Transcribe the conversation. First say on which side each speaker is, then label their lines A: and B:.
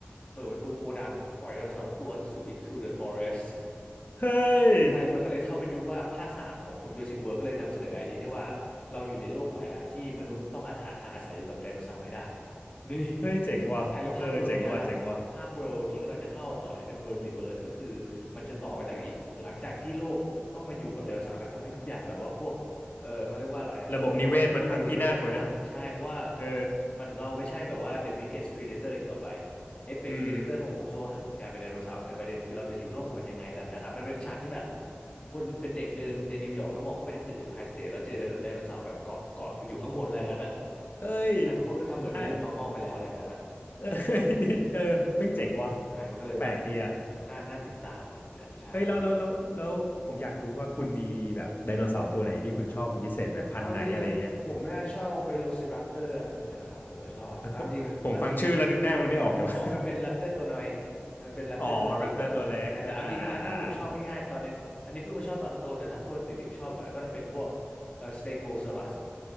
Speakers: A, on the left; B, on the left.
A: เปิดประตูโกดังปล่อยไดโนเสาร์ทุกตัวสู่ into the forest
B: เฮ้ย
A: ใช่ มันก็เลยเข้าเป็นยุคว่าภาคสามของ Jurassic World ก็เลยนำเสนอไอเดียที่ว่าเราอยู่ในโลกใหม่ละที่มนุษย์ต้องอาหาทางอาศัยอยู่กับไดโนเสาร์ให้ได้ นี่
B: เฮ้ยเจ๋งว่ะเออเจ๋งว่ะเจ๋งว่ะ
A: ใช่แล้วภาค World เนี่ยครับภาค World ที่กำลังจะเข้าต่อเนี่ยเป็น World Rebirth ก็คือมันจะต่อมาจากอีกหลังจากที่โลกต้องมาอยู่กับไดโนเสาร์แล้วทำให้ทุกอย่างแบบว่าพวกเออเขาเรียกว่าอะไรอะพวกระบบระบบนิเวศมันพังใช่เพราะว่า
B: ระบบนิเวศมันพังพินาศหมดเลยเออ
A: มันเราไม่ใช่แบบว่า the biggest predator อีกต่อไป เอ e
B: อืม
A: x p r e d a ีเดเตอร์คงห่วงโซ่อาหารคือกลารเป็นไดโนเสาร์แต่ประเด็นคือเราจะอยู่ร่วมกับมันยังไงอะไรแบบนะครับมันเป็นฉากที่แบบคนเป็นเด็กเดินในนิวยอร์กแล้วมองเข้าไปที่ตึกเอ็มไพร์สเตทแล้วเจอไดโนไดโนเสาร์แบบเกาะเกาะอยู่ข้างบนอะไรงั้นอ่ะ
B: เอ้ย
A: แต่ทุกคนก็ทำเหมือนเป็นเรื่อง
B: ได้
A: normal ไปแล้วอะไรงั้นอ่ะ
B: เอ้ยเออเพิ่งเจ๋งว่ะ
A: เออใช่มันก็เลยแบบ
B: แปลกดีอ่ะ
A: น่าน่าติดตามอะไรแบบเนี้ยใช่มันก็
B: เฮ้ยแล้วแล้วแล้วแล้วผมอยากรู้ว่าคุณมีแบบไดโนเสาร์ตัวไหนที่คุณชอบเป็นพิเศษไหมพันธุ์ไหนอะไรอย่างเงี้ย
A: เอาจริงๆอะผมน่าชอบ Velociraptor อะไรแบบเนี้ยครับผมก็ชอบตามจริงตามจริง
B: เออผมผมฟังชื่อแล้วนึกหน้ามันไม่ออกแต่ว่า
A: อ๋อมันเป็นแรปเตอร์ตัวน้อยมันเป็นแรปเตอร์ตัวจิ๋วอะไรแบบนั้นใช่แต่เอาจริงนะถ้าผมชอบง่ายๆ
B: <laughs> อ๋อแรปเตอร์ตัวเล็กอ่าอ่าอ่าอ่า
A: ตอนในอันนี้เพิ่งมาชอบตอนโตแต่ถ้าตัวเด็กๆชอบอะก็จะเป็นพวกเอ่อสเตโกซอรัส